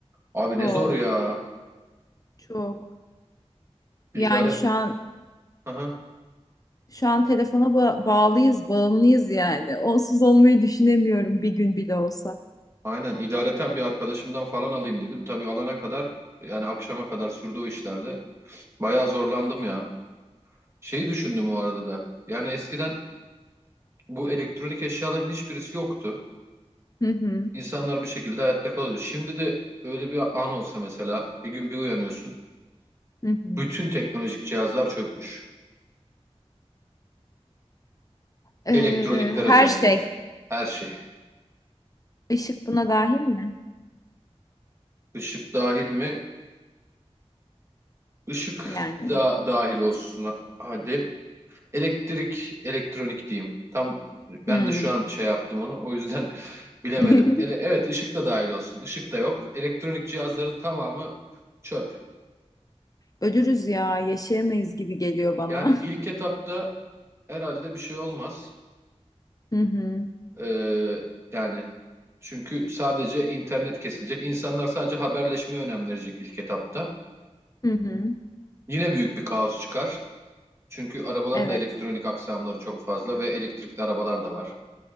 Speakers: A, on the right (about 25°); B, on the left (about 30°).
A: Abi
B: Oo,
A: ne zor ya.
B: çok.
A: İdare...
B: Yani şu an
A: Aha,
B: şu an telefona ba- bağlıyız, bağımlıyız yani. Onsuz olmayı düşünemiyorum bir gün bile olsa.
A: aynen. İdareten bir arkadaşımdan falan alayım dedim. Tabii alana kadar yani akşama kadar sürdü o işlerde. Bayağı zorlandım ya. Şeyi düşündüm o arada da. Yani eskiden bu elektronik eşyaların hiçbirisi yoktu.
B: Hı hı,
A: İnsanlar bir şekilde hayatta kalıyordu. Şimdi de öyle bir an olsa mesela bir gün bir uyanıyorsun.
B: hı hı.
A: Bütün teknolojik cihazlar çökmüş.
B: Ee,
A: Elektronikler özellikle.
B: her şey.
A: Her şey.
B: Işık buna dahil mi?
A: Işık dahil mi? Işık
B: Yani.
A: da dahil olsun hadi. Elektrik, elektronik diyeyim. Tam ben
B: Hmm.
A: de şu an şey yaptım onu. O yüzden <laughs> bilemedim.
B: <laughs>
A: Ele, evet ışık da dahil olsun. Işık da yok. Elektronik cihazların tamamı çöp.
B: Ölürüz ya, yaşayamayız gibi geliyor bana.
A: Yani ilk etapta herhalde bir şey olmaz.
B: <laughs> Hı hı.
A: Ee, yani çünkü sadece internet kesilecek. İnsanlar sadece haberleşmeye önem verecek ilk etapta.
B: Hı hı.
A: Yine büyük bir kaos çıkar. Çünkü arabaların
B: Evet.
A: da elektronik aksamları çok fazla ve elektrikli arabalar da var.